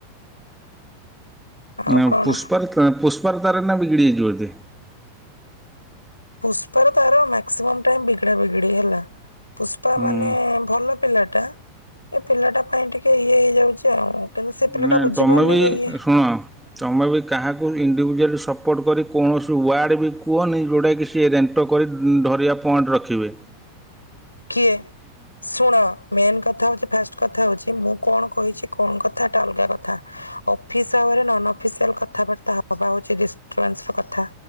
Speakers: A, on the left; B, in the centre.
A: ଆଉ
B: ନା
A: କଣ?
B: ପୁଷ୍ପାର ତା ପୁଷ୍ପାରତାର ଏନା ବିିଗିଡ଼ି ଯାଇଛି ବୋଧେ?
A: ପୁଷ୍ପା ର ତାର ମାକ୍ସିମମ୍ ଟାଇମ୍ ବିଗିଡା ବିଗିଡି ହେଲା ପୁଷ୍ପା
B: ହୁଁ
A: ମାନେ ଭଲ ପିଲାଟା ଏ ପିଲାଟା ପାଇଁ ଟିକେ ଇଏ ହେଇଯାଉଛି ଆଉ କିନ୍ତୁ ସେ ପିଲାଟା
B: ନା
A: ବୁଝିପାରୁନି
B: ତମେ ବି
A: ଯେ ଇଏ
B: ଶୁଣ ତମେ ବି କାହାକୁ ଇ ଇଣ୍ଡିଭିଜୁଆଲି ସପୋର୍ଟ କରି କୌଣସି ୱାର୍ଡ଼ ବି କୁହନି ଯୋଉଟାକି ସିଏ ରେଣ୍ଟ କରି ଧରିବା ପଏଣ୍ଟ ର ଖିବେ
A: କିଏ ଶୁଣ ମେନ୍ କଥା ହଉଛି ଫାଷ୍ଟ କଥା ହଉଛି ମୁଁ କଣ କହିଚି କଣ କଥାଟା ଅଲଗା କଥା ଅଫିସ ଆୱେରେ ନନ୍ - ଅଫିସିଆଲ୍ କଥାବାର୍ତ୍ତା ହେବା ହେଉଛି ଡିଷ୍ଟର୍ବାନ୍ସର କଥା